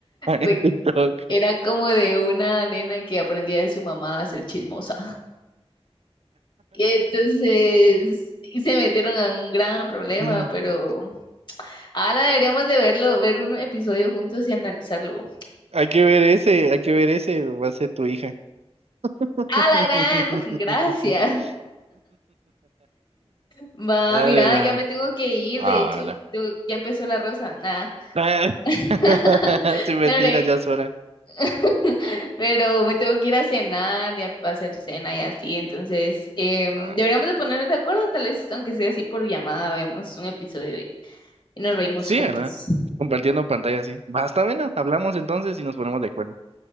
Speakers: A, on the right (about 70°); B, on the left (about 45°).
A: <laughs> en
B: Re-
A: TikTok.
B: Era como de una nena que aprendía de su mamá a ser chismosa. Y entonces y se metieron a un gran problema,
A: <laughs>
B: pero Ahora deberíamos de verlo, ver un episodio juntos y analizarlo.
A: Hay que ver ese, hay que ver ese, va a ser tu hija. <laughs>
B: ¡Ah, la gran! <laughs> Gracias. Va,
A: Vale.
B: mira, ya me tengo que ir.
A: Ala.
B: De hecho, tengo- ya empezó la rosa. Ah,
A: <laughs>
B: <laughs>
A: Sin mentira,
B: no, hombre.
A: ya es hora.
B: <laughs> Pero me tengo que ir a cenar, ya a hacer cena y así. Entonces, em,
A: Ah,
B: deberíamos de ponernos de acuerdo, tal vez, aunque sea así por llamada, vemos un episodio y, y nos reímos
A: Sí,
B: juntos.
A: ¿verdad? Compartiendo pantalla, sí. Basta, bueno, hablamos entonces y nos ponemos de acuerdo.